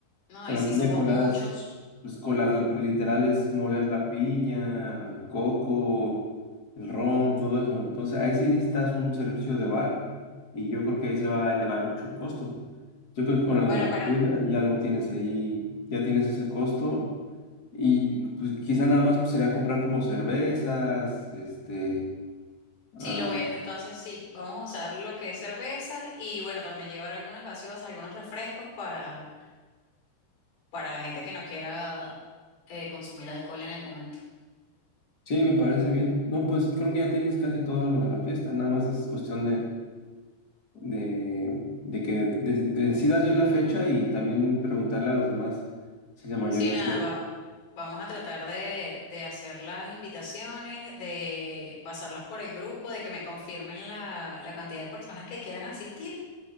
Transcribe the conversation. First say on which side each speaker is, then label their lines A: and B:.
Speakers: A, on the left; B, on the left.
A: No,
B: o sea,
A: y
B: la
A: si
B: piña
A: somos
B: colada
A: muchos.
B: es, pues colarlo, literal es moler la piña, el coco, el ron, todo eso. Entonces, ahí sí necesitas un servicio de bar y yo creo que ahí se va a elevar mucho el costo. Yo creo que con lo
A: Bueno,
B: de la
A: pero
B: comida ya lo tienes ahí, ya tienes ese costo Y pues quizá nada más pues, sería comprar como cervezas, este... ah,
A: Sí, lo voy a, entonces sí, vamos a usar lo que es cerveza y bueno, también llevar algunas gaseosas, algunos refrescos para, para la gente que no quiera eh, consumir alcohol en el momento.
B: sí, me parece bien. No, pues creo que ya tienes casi todo lo de la fiesta, nada más es cuestión de, de, de que de- de- decidas bien la fecha y también preguntarle a los demás si la mayoría
A: Sí, nada,
B: puede.
A: va- vamos a tratar de, de hacer las invitaciones, de pasarlas por el grupo, de que me confirmen la, la cantidad de personas que quieran asistir.